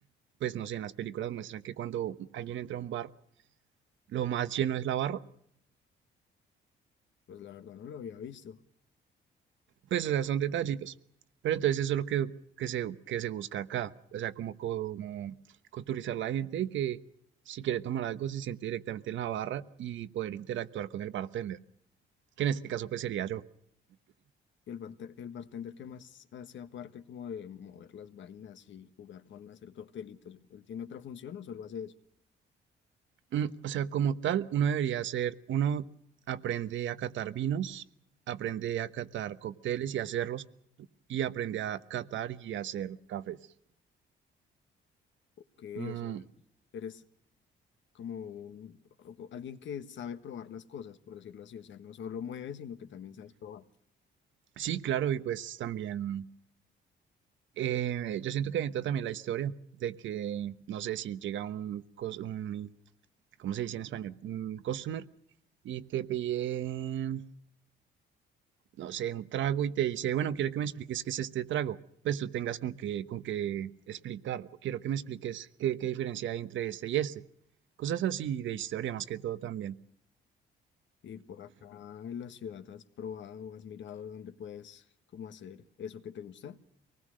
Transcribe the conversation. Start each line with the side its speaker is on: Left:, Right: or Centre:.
Right: pues no sé, en las películas muestran que cuando alguien entra a un bar, lo más lleno es la barra.
Left: pues la verdad no lo había visto.
Right: Pues, o sea, son detallitos. Pero entonces eso es lo que, que se, que se busca acá. O sea, como, como culturizar la gente y que si quiere tomar algo se siente directamente en la barra y poder interactuar con el bartender, que en este caso pues sería yo.
Left: Y el, bante- el bartender que más hace aparte como de mover las vainas y jugar con hacer coctelitos, ¿él tiene otra función o solo hace eso?
Right: Mm, O sea, como tal, uno debería hacer, uno aprende a catar vinos, aprende a catar cócteles y hacerlos, y aprende a catar y hacer cafés.
Left: que,
Right: Mm,
Left: o sea, eres como un- o- alguien que sabe probar las cosas, por decirlo así, o sea, no solo mueves, sino que también sabes probar.
Right: sí, claro, y pues también Eh, yo siento que entra también la historia de que, no sé, si llega un, cos- un, ¿cómo se dice en español? Un customer y te pide, no sé, un trago y te dice, bueno, quiero que me expliques qué es este trago. Pues tú tengas con qué, con qué explicar, o quiero que me expliques qué, qué diferencia hay entre este y este. Cosas así de historia más que todo también.
Left: Y por acá en la ciudad has probado, has mirado dónde puedes como hacer eso que te gusta.